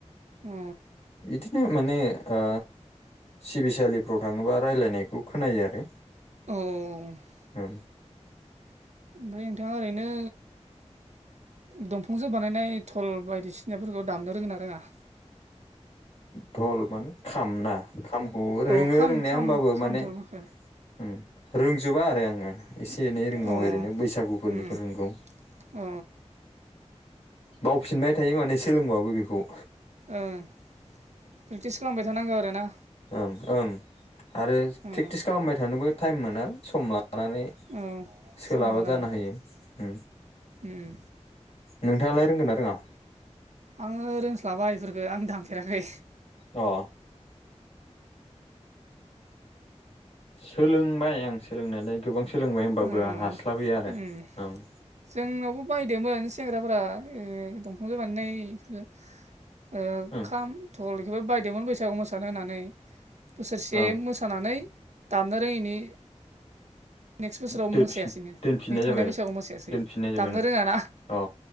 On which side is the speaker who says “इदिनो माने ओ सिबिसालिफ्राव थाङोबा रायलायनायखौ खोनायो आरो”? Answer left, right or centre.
Left